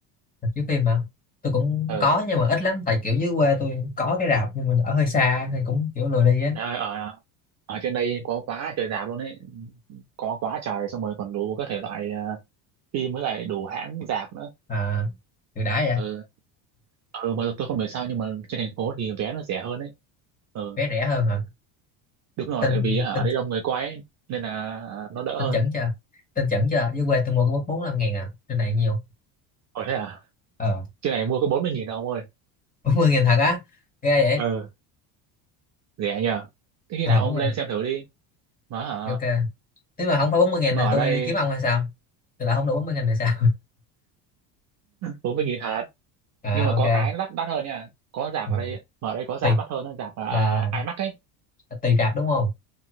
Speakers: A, on the left (about 20°); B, on the right (about 40°).
A: Chiếu phim mà. Tôi cũng
B: Ừ.
A: có nhưng mà ít lắm tại kiểu dưới quê tôi có cái rạp nhưng mình ở hơi xa thì cũng kiểu lười đi á
B: Trời ơi, ở ở trên đây có quá trời rạp luôn ấy. Có quá trời xong rồi còn đủ các thể loại ờ, phim với lại đủ hãng rạp nữa.
A: à, từ đã vậy
B: Ừ. ừ mà tôi không hiểu sao nhưng mà trên thành phố thì vé nó rẻ hơn ấy ừ
A: vé rẻ hơn hả
B: đúng rồi
A: tin
B: tại vì hả, ở
A: tin
B: đây đông người quay ấy, nên là nó đỡ
A: tin
B: hơn
A: chuẩn chưa tin chuẩn chưa dưới quê tôi mua có bốn bốn năm ngàn à trên này nhiều
B: ở thế à
A: ờ
B: trên này mua có 40 nghìn đâu ông ơi
A: <laughs> bốn mươi ngàn thật á ghê vậy
B: ừ rẻ nhờ thế khi
A: ờ
B: nào ông
A: đúng rồi
B: lên xem thử đi mà hả,
A: ok nếu mà không phải bốn mươi ngàn
B: mà
A: là
B: ở
A: tôi
B: đây
A: đi kiếm ông hay sao tôi lại không đủ bốn mươi ngàn này sao
B: 40 nghìn hạt
A: <laughs>
B: nhưng mà
A: à
B: có
A: ok
B: cái nó đắt đắt hơn nha có rạp
A: ừ.
B: ở đây mà ở đây có rạp
A: tùy
B: đắt hơn đó, rạp à,
A: là
B: IMAX ấy
A: tùy rạp đúng không